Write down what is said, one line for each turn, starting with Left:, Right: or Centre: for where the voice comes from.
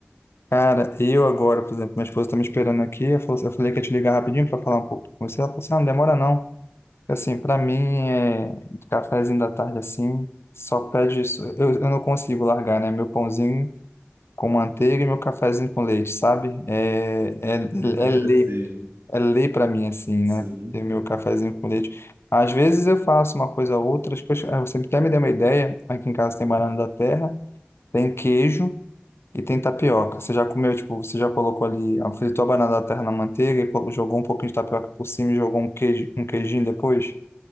Left: Cara, eu agora, por exemplo, minha esposa tá me esperando aqui. Eu falou- eu falei que ia te ligar rapidinho pra falar um pouco com você. Ela falou assim: ah, não demora não. Assim, pra mim, é cafezinho da tarde assim, só pede isso. Eu, eu não consigo largar, né? Meu pãozinho. com manteiga e meu cafezinho com leite, sabe? É, é,
Right: <laughs>
Left: é lei,
Right: Sim.
Left: é lei para mim, assim,
Right: Sim.
Left: né? Ter meu cafezinho com leite. Às vezes eu faço uma coisa ou outra, acho que eu- você até me deu uma ideia. Aqui em casa tem banana da terra, tem queijo e tem tapioca. Você já comeu, tipo, você já colocou ali, ah, fritou a banana da terra na manteiga e colo- jogou um pouquinho de tapioca por cima e jogou um queijo, um queijinho depois?